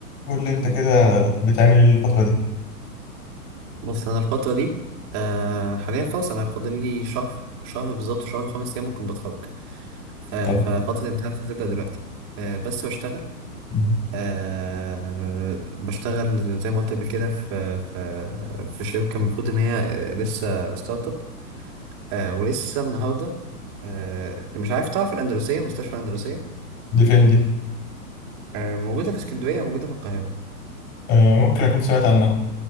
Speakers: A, on the left (about 35°); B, on the right (about 35°).
A: قول لي انت كده بتعمل ايه الفترة دي
B: بص انا الفتره دي آه حاليا خلاص انا فاضل لي شهر شهر بالظبط شهر وخمس ايام ممكن بتخرج آه
A: طب
B: ففتره الامتحان هتبدا دلوقتي آه بس بشتغل
A: مم.
B: آه بشتغل زي ما قلت قبل كده في في في شركه المفروض ان هي آه، لسه ستارت اب آه ولسه النهارده آه مش عارف تعرف الاندلسيه مستشفى الاندلسيه
A: دي فين دي
B: آه موجوده في اسكندريه موجوده في القاهره
A: آه ممكن اكون سمعت عنها